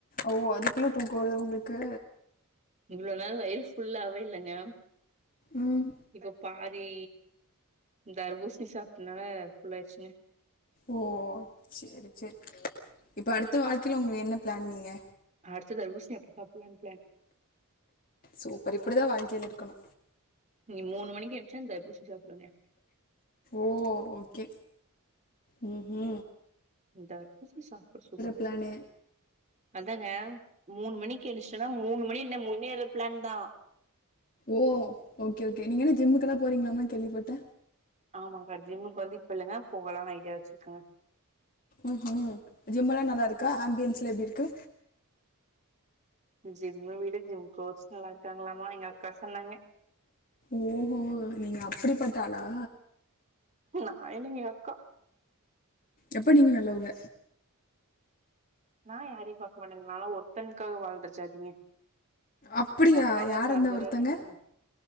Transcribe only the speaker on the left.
ஓ அதுக்குள்ள தூக்கோ வருதா உங்ளுக்கு
ம்
ஓ செரி செரி இப்ப அடுத்த வாழ்க்கையில உங்க என்ன பிளான் நீங்க
சூப்பர் இப்டி தா வாழ்கையில இருக்கணு
ஓ ஓகே ம் ஹு
பிளானு
ஓ ஓகே ஓகே நீங்க என்ன ஜிம்முக்கெல்லா போறீங்ளாமா கேள்விப்பட்ட
ம் ஹு ஜிம் எல்லா நல்லா இருக்கா ஆம்பியன்ஸ்ல எப்டி இருக்கு
ஓஹோ நீங்க அப்படி பட்ட ஆளா
அப்ப நீங்க நல்லவுங்க
அப்படியா
யார்
அந்த ஒருத்தங்க